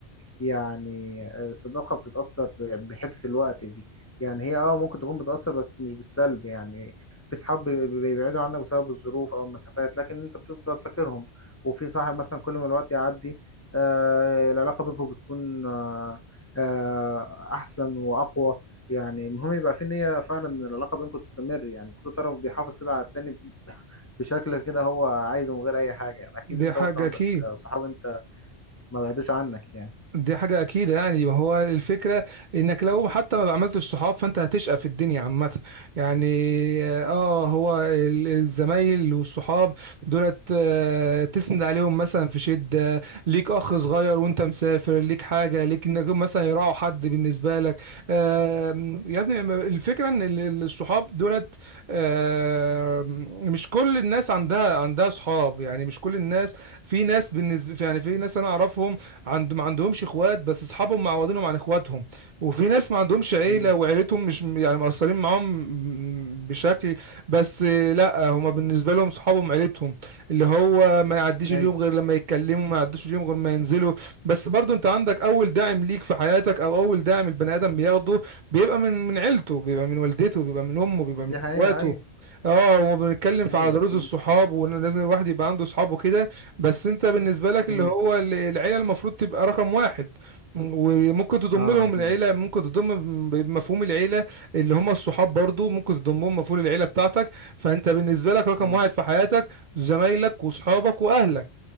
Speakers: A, on the left; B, on the right.
A: يعني الصداقة بتتأثر بحتة الوقت دي يعني هي اه ممكن تكون بتأثر بس مش بالسلب يعني في صحاب بي- بي- بيبعدوا عنك بسبب الظروف أو المسافات لكن أنت بتفضل فاكرهم وفي صاحب مثلا كل ما الوقت يعدي آه العلاقة بينكم بتكون آه آه أحسن وأقوى يعني المهم يبقى في نية فعلا إن العلاقة بينكم تستمر يعني كل طرف بيحافظ كده على التاني بشكل كده هو عايزه من غير أي حاجة يعني أكيد
B: دي
A: أنت
B: حاجه
A: برضه عندك
B: اكيد
A: صحاب أنت ما بعدوش عنك يعني
B: دي حاجة أكيدة يعني ما هو الفكرة إنك لو حتى ما عملتش صحاب فأنت هتشقى في الدنيا عامة يعني آه هو ال- الزمايل والصحاب دولت آه، تسند عليهم مثلا في شدة ليك أخ صغير وأنت مسافر ليك حاجة ليك إنك مثلا يراعوا حد بالنسبة لك آه، يا ابني ما- الفكرة إن ال- ال- الصحاب دولت آه، مش كل الناس عندها عندها صحاب يعني مش كل الناس في ناس بالنسبة يعني في ناس أنا أعرفهم عند ما عندهمش اخوات بس اصحابهم معوضينهم عن اخواتهم وفي ناس ما عندهمش عيله
A: مم.
B: وعيلتهم مش يعني مقصرين معاهم بشكل بس لا هما بالنسبه لهم صحابهم عيلتهم اللي هو ما يعديش
A: ايوه
B: اليوم غير لما يتكلموا ما يعديش اليوم غير ما ينزلوا بس برضو انت عندك اول داعم ليك في حياتك او اول داعم البني ادم بياخده بيبقى من من عيلته بيبقى من والدته بيبقى من امه بيبقى
A: دي
B: من
A: حقيقة
B: اخواته
A: ايوه
B: اه وبنتكلم في
A: ايوه
B: على ضروره
A: اكيد
B: الصحاب وان لازم الواحد يبقى عنده صحابه كده بس انت بالنسبة لك
A: امم
B: اللي هو ال- العيلة المفروض تبقى رقم واحد م- وممكن تضم
A: اه
B: لهم
A: اكيد
B: العيلة ممكن تضم ب- بمفهوم العيلة اللي هم الصحاب برضو ممكن تضمهم مفهوم العيلة بتاعتك فانت بالنسبة لك رقم
A: مم.
B: واحد في حياتك زمايلك وصحابك واهلك